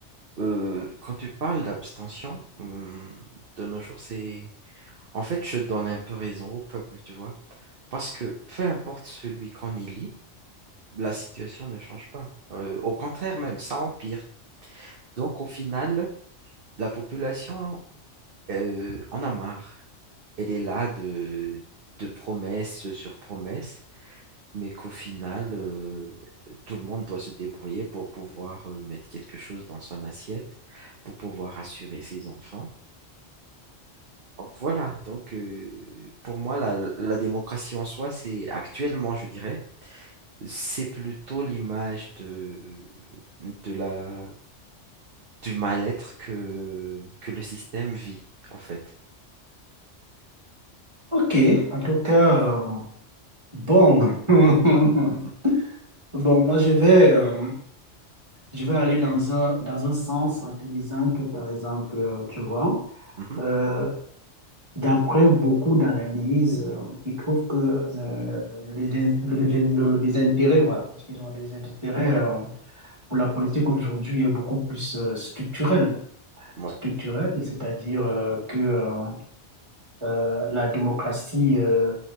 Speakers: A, on the right; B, on the right.
A: Euh, quand tu parles d'abstention, hum, de nos jours, c'est... En fait, je donne un peu raison au peuple, tu vois. Parce que peu importe celui qu'on élit, la situation ne change pas. Euh, au contraire même, ça empire. Donc, au final, la population, euh, en a marre. elle est là de, de promesse sur promesse, mais qu'au final, euh, tout le monde doit se débrouiller pour pouvoir euh, mettre quelque chose dans son assiette, pour pouvoir assurer ses enfants. Donc voilà, donc euh, pour moi, la, la démocratie en soi, c'est actuellement, je dirais, c'est plutôt l'image de, de la, du mal-être que, que le système vit, en fait.
B: Ok, en tout cas, euh, bon. <laughs>
A: Mhm,
B: Bon, moi, je vais, euh, je vais aller dans un, dans un sens en te disant que, par exemple, euh, tu vois,
A: mhm,
B: euh, d'après beaucoup d'analyses, euh, ils trouvent que le, le, le dés- le dés- le désintérêt, voilà, excusez-moi, le désintérêt euh, pour la politique aujourd'hui est beaucoup plus euh, structurel.
A: ouais,
B: Structurel, c'est-à-dire euh, que euh, euh, la démocratie euh,